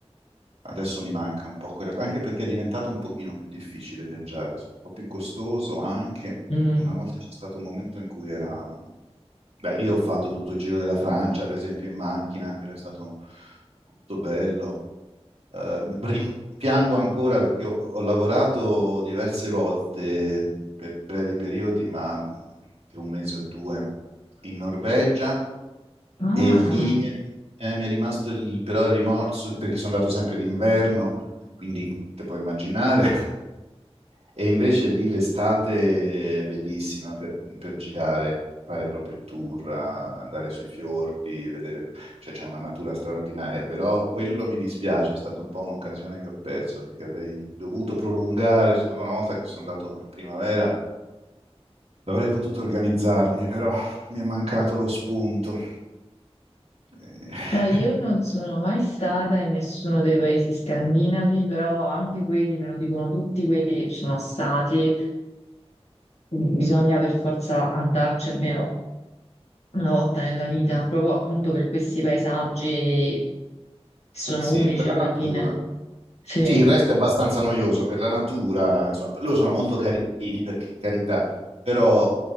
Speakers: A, on the right (about 65°); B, on the left (about 80°).
A: Adesso mi manca un po' quella cosa, anche perché è diventato un pochino più difficile viaggiare, un po' più costoso anche.
B: Mm.
A: Una volta c'è stato un momento in cui era... Beh, io ho fatto tutto il giro della Francia, per esempio, in macchina, quello è stato molto bello. Eh, rimpiango ancora perché ho, ho lavorato diverse volte mm, per brevi periodi, ma mm, per un mese o due in Norvegia
B: Ah.
A: e lì mi è, rim- eh, mi è rimasto il- però il rimorso di- perché sono andato sempre d'inverno, quindi te puoi immaginare. E invece lì l'estate è bellissima per, per girare, fare proprio il tour, a- andare sui fiordi, vedere, cioè c'è una natura straordinaria, però quello mi dispiace, è stata un po' un'occasione che ho perso perché avrei dovuto prolungare, è stata una volta che sono andato in primavera, avrei potuto organizzarmi, però mi è mancato lo spunto. Eh,
B: No, io
A: <laughs>
B: non sono mai stata in nessuno dei paesi scandinavi, però anche quelli me lo dicono tutti quelli che ci sono stati, bisogna per forza andarci almeno una volta nella vita, proprio appunto per questi paesaggi che sono
A: Sì,
B: unici
A: per la
B: alla
A: natura.
B: fine. Sì.
A: Sì, il resto è abbastanza noioso per la natura, insomma, loro sono molto carini per carità, però